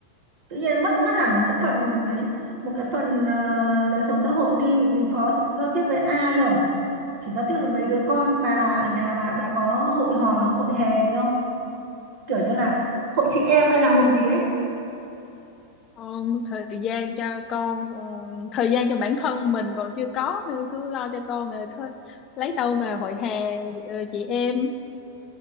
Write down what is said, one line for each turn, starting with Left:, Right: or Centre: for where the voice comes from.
Right: tự nhiên mất mất hẳn
Left: ừm.
Right: một cái phần đấy một cái phần ờ, đời sống xã hội đi vì có giao tiếp với ai đâu chỉ giao tiếp với mấy đứa
Left: Ừ.
Right: con bà ở nhà bà bà có hội hò hội hè gì không kiểu như là hội chị em hay là hội gì ấy
Left: Con thời gian cho con ờ, thời gian cho bản thân mình còn chưa có nữa cứ lo cho con rồi thôi lấy đâu mà hội hè ờ, chị em